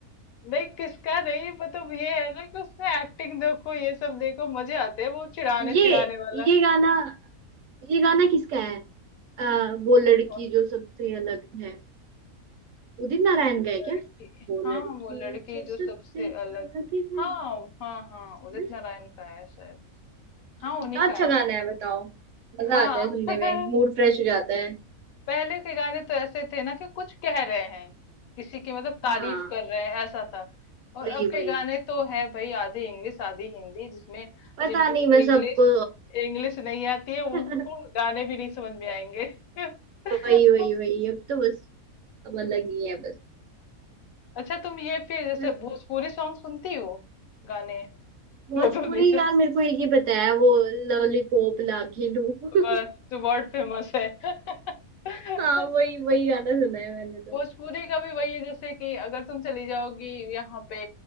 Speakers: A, on the left (about 70°); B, on the right (about 65°).
A: नहीं किसका नहीं मतलब ये है ना कि उसमें एक्टिंग देखो ये सब देखो मजे आते हैं वो चिढ़ाने
B: ये
A: चिढ़ाने वाला
B: ये गाना ये गाना किसका है आ, वो लड़की
A: और
B: जो सबसे अलग है उदित नारायण का है
A: लड़की
B: क्या वो
A: हाँ
B: लड़की
A: वो लड़की
B: जो
A: जो
B: सबसे
A: सबसे
B: अलग
A: अलग
B: है है
A: हाँ हाँ हाँ उदित
B: ना?
A: नारायण का है शायद
B: कितना
A: हाँ उन्हीं का
B: अच्छा
A: है
B: गाना
A: उन्हीं
B: है
A: का
B: बताओ
A: है
B: मजा
A: हाँ
B: आता है सुनने में मूड
A: <laughs>
B: फ्रेश हो जाता है
A: पहले के गाने तो ऐसे थे ना कि कुछ कह रहे हैं किसी की मतलब तारीफ
B: हाँ
A: कर रहे हैं ऐसा था और
B: वही
A: अब के
B: वही
A: गाने तो है भाई आधी इंग्लिश आधी हिंदी जिसमें
B: पता
A: जिनको
B: नहीं
A: इंग्लिश
B: बस सबको
A: इंग्लिश नहीं आती है उनको
B: <laughs>
A: गाने भी नहीं समझ में आएंगे <laughs>
B: वही वही वही अब तो बस अब अलग ही है बस
A: अच्छा तुम ये फिर जैसे
B: बस
A: भोजपुरी सॉन्ग सुनती हो गाने
B: भोजपुरी
A: वो तो नहीं सुन
B: यार मेरे को एक ही पता है वो लॉलीपॉप लागी लू <laughs>
A: बस जो वर्ल्ड फेमस है <laughs>
B: हाँ वही वही गाना सुना है मैंने तो
A: भोजपुरी का भी वही है जैसे कि अगर तुम चली जाओगी यहाँ पे